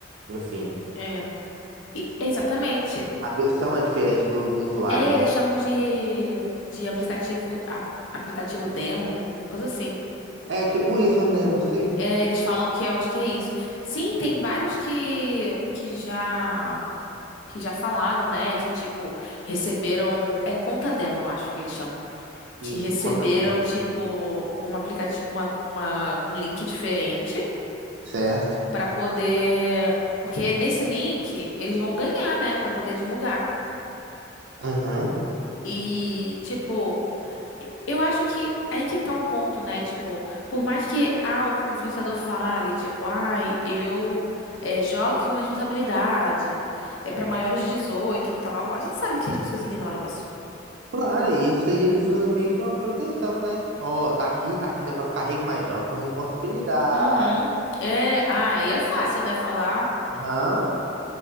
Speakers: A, on the right; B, on the left.
A: enfim,
B: é. E- exatamente.
A: a versão é diferente do, do usuário,
B: É,
A: né?
B: eles chamam de, de aplicativo, ap- aplicativo demo, uma coisa assim.
A: É tipo isso, um demo, sim.
B: É, eles falam que é, eu acho que é isso. Sim, tem vários que, que já que já falaram, né? Que tipo receberam é conta demo, eu acho que eles chamam, que
A: Isso,
B: receberam
A: quanto tempo?
B: tipo um aplicativo, uma, uma um link diferente
A: Certo.
B: pra poder, porque nesse link eles vão ganhar, né? Pra poder divulgar.
A: Uhum.
B: E tipo Eu acho que é aí que tá o ponto, né? Tipo, por mais que ah, o influenciador fale, tipo, ai, eu é, jogue com responsabilidade, é pra maiores de 18 e tal, a gente sabe que as pessoas ignoram isso.
A: Claro, e isso aí eles usam meio que uma proteção, né? Ó, tá aqui, tá aqui, dá pra ficar rico, mas joga com responsabilidade.
B: Uhum. É, ah, e é fácil, né, falar.
A: Aham.